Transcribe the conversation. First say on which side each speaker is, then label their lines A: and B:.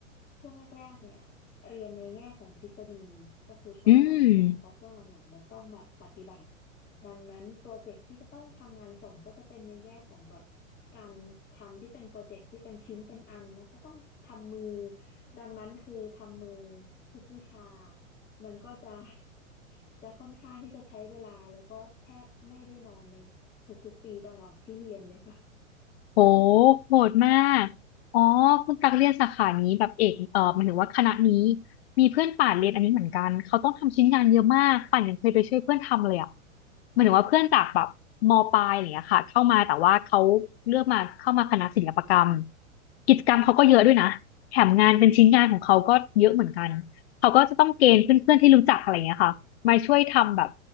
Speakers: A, on the left (about 25°); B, on the left (about 50°).
A: ช่วงแรกๆเนี่ยเรียนในแง่ของทฤษฎีก็คือชอบแต่พอช่วงหลังๆมันต้องแบบปฏิบัติ
B: อืม
A: ดังนั้นโปรเจกต์ที่จะต้องทำงานส่งก็จะเป็นในแง่ของแบบการทำที่เป็นโปรเจกต์ที่เป็นชิ้นเป็นอันแล้วก็ต้องทำมือดังนั้นคือทำมือทุกวิชา มันก็จะ <laughs> จะค่อนข้างที่จะใช้เวลาแล้วก็แทบไม่ได้นอนในทุกๆปีตลอดที่เรียนเลยค่ะ
B: โหโหดมากอ๋อคุณตักเรียนสาขานี้แบบเอกเออหมายถึงว่าคณะนี้มีเพื่อนป่านเรียนอันนี้เหมือนกันเขาต้องทำชิ้นงานเยอะมากป่านยังเคยไปช่วยเพื่อนทำเลยอ่ะหมายถึงว่าเพื่อนจากแบบมปลายอะไรอย่างเงี้ยค่ะเข้ามาแต่ว่าเขาเลือกมาเข้ามาคณะศิลปกรรมกิจกรรมเขาก็เยอะด้วยนะแถมงานเป็นชิ้นงานของเขาก็เยอะเหมือนกัน
A: อ
B: เขาก็จะต้องเกณฑ์เพื่อนๆที่รู้จักอะไรอย่างเงี้ยค่ะมาช่วยทำแบบ